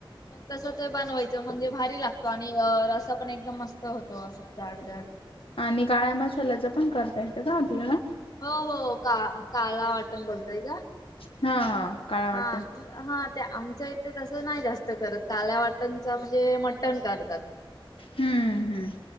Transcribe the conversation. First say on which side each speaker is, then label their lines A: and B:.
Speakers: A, on the left; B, on the left.
A: तस ते बनवायचं म्हणजे भारी लागतो आणि रसा पण एकदम मस्त होतो असा जाड जाड
B: आणि काळ्या मसाल्याच पण करता येतं का आपल्याला
A: हो हो का काला वाटण बोलताय का
B: हा काळा वाटण
A: हा हा ते आमच्या इथे तस नाही जास्त करत काल्या वाटणचा म्हणजे मटण करतात
B: हम्म हम्म